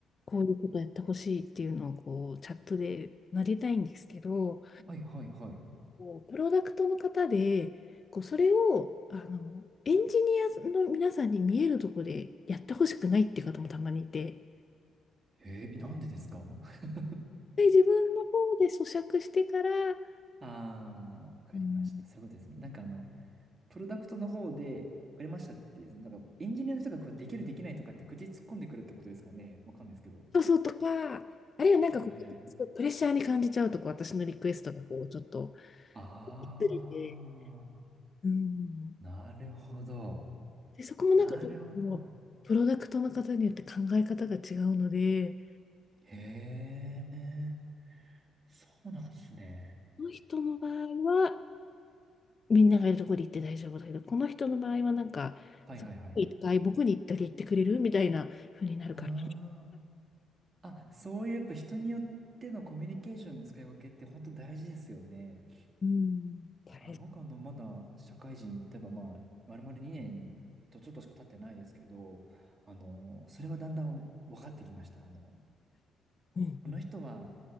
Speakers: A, on the left; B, on the right.
A: こういうことやってほしいっていうのをこう、チャットで投げたいんですけど、
B: はいはいはい。
A: こうプロダクトの方で、こう、それを、あの、エンジニアの皆さんに見えるところでやってほしくないっていう方もたまにいて、
B: えー、なんでですか <laughs>
A: で自分の方で咀嚼してから、
B: ああー、わかりました。
A: うん
B: そういうことですね。なんかあの、プロダクトの方で、わかりましたって、なんかエンジニアの人がこれできるできないとかって口突っ込んでくるってことですかね。わかんないですけど。
A: そうそうとか、あるいはなんかこ
B: はいはいはい。
A: う、プレッシャーに感じちゃうとこう、私のリクエストがこう、ちょっと、
B: ああ、
A: ずれて、うん
B: なるほど。
A: で、そこもなんか結構、
B: なるほど。
A: プロダクトの方によって考え方が違うので、
B: へえ、そうなんですね。
A: この人の場合は、みんながいるところに行って大丈夫だけど、この人の場合はなんか、
B: はいはいはい。
A: そっちに行ったり僕に行ったり行ってくれるみたいな風になるから。
B: ああ、あ、そういうやっぱ人によってのコミュニケーションの使い分けって本当大事ですよね。
A: うん。大変
B: あ、僕あの、まだ社会人、例えばまあ、丸々2年とちょっとしか経ってないですけど、あの、それはだんだん分かってきました。あの、
A: うんうん
B: この人は